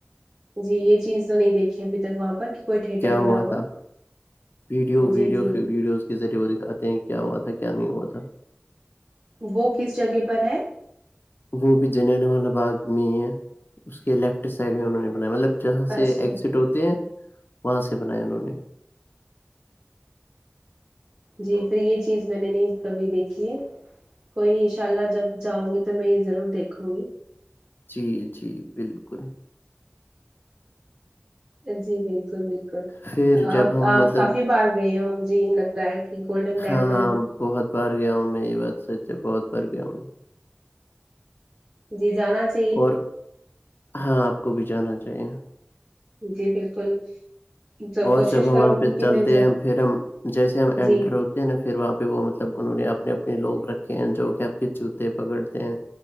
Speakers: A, on the right (about 35°); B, on the left (about 60°).
A: جی یہ چیز تو نہیں دیکھی ابھی تک وہاں پر کوئی تھیٹر
B: کیا
A: بنا
B: ہوا تھا ویڈیو
A: ہے
B: ویڈیو
A: جی جی جی
B: ویڈیوز کے ذریعے وہ دکھاتے ہیں کیا ہوا تھا کیا نہیں ہوا تھا
A: وہ کس جگہ پر ہے
B: وہ بھی جننے والا باغ میں ہی ہے اس کے لیفٹ سائڈ میں انہوں نے بنایا مطلب جہاں سے
A: اچھا
B: ایگزٹ ہوتے ہیں وہاں سے بنایا انہوں نے
A: جی پھر یہ چیز میں نے نہیں کبھی دیکھی ہے کوئی نہیں ان شاء اللہ جب جاؤں گی تو میں یہ ضرور دیکھوں گی
B: جی جی بالکل
A: جی بالکل بالکل
B: پھر جب
A: آپ
B: ہم
A: آپ
B: مطلب
A: کافی بار گئے ہو جی لگتا ہے کہ گولڈن ٹیمپل
B: ہاں ہاں بہت بار گیا ہوں میں یہ بات سچ ہے بہت بار گیا ہوں میں
A: جی جانا چاہی
B: اور ہاں آپ کو بھی جانا چاہیے
A: جی بالکل تو
B: اور
A: کوشش
B: جب ہم
A: کروں
B: وہاں پہ
A: گی کہ
B: چلتے
A: میں ضر-
B: ہیں پھر ہم جیسے ہم انینٹر
A: جی
B: ہو نا پھر وہاں پہ وہ مطلب انہوں نے اپنے اپنے لوگ رکھے ہیں جو کہ آپ کے جوتے پکڑتے ہیں